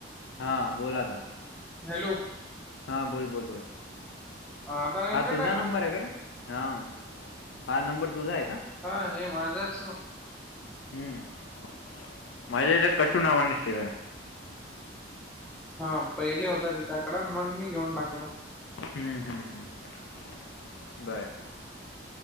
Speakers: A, on the left; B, in the centre.
A: हां बोल आता.
B: हॅलो,
A: हा बोल बोल बोल
B: आता नाही
A: हा
B: ना
A: तुझा
B: कटायला?
A: नंबर आहे कारे.. हा हा नंबर तुझा आहे का?
B: हा हे माझाच ना.
A: हम्म माझ्या
B: हम्म.
A: याच्यात कशु नावाने सेव आहे.
B: हा पहिले होता तिच्याकड मग मी घेऊन टाकला.
A: हम्म हम्म हम् बरं.